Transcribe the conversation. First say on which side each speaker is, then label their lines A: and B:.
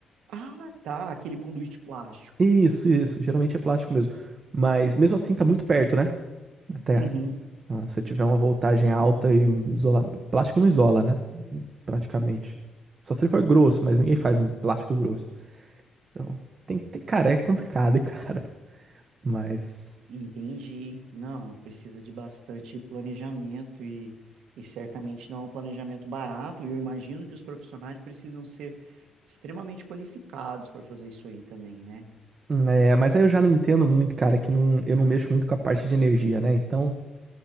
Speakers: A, on the right; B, on the right.
A: Ah, tá, aquele conduíte plástico.
B: Isso, isso. Geralmente é plástico mesmo. Mas mesmo assim tá muito perto, né? Da Terra.
A: Uhum,
B: Então, se tiver uma voltagem alta e um isolamento. Plástico não isola, né? Praticamente. Só se ele for grosso, mas ninguém faz um plástico grosso. Então, tem, tem... cara, é complicado, <laughs> cara. Mas.
A: entendi. Não, precisa de bastante planejamento e, e certamente não é um planejamento barato. E eu imagino que os profissionais precisam ser extremamente qualificados para fazer isso aí também, né?
B: É, mas aí eu já não entendo muito, cara, que não, eu não mexo muito com a parte de energia, né? Então,